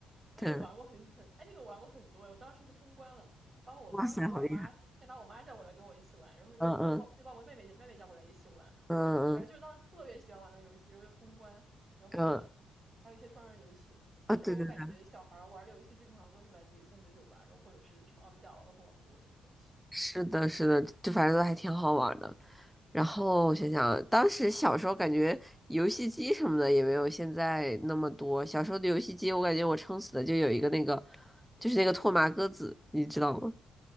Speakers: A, on the right (about 30°); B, in the centre.
A: 那个玩过很很，
B: 对，
A: 哎，那个玩过很多，我当时是通关了，把我当时把我妈先先把我妈叫过来跟我一起玩，
B: 哇塞，好厉害！
A: 然后就把又把我妹妹妹妹叫过来一起玩，
B: 嗯嗯嗯嗯
A: 反正就是当时特别喜欢玩的游戏，然后又通关，然后还有什么，
B: 嗯
A: 还有一些双人游戏。
B: 啊，
A: 那个时候我感觉小孩儿玩的游戏基本上都是来自于三九九吧，
B: 对对，对
A: 然后或者是什么奥比岛啊、乐和王国这种东西。
B: 是的，
A: 嗯，
B: 是的，就反正都还挺好玩的。然后想想，当时小时候感觉游戏机什么的也没有现在那么多。小时候的游戏机，我感觉我撑死的就有一个那个，就是那个拓麻鸽子，你知道吗？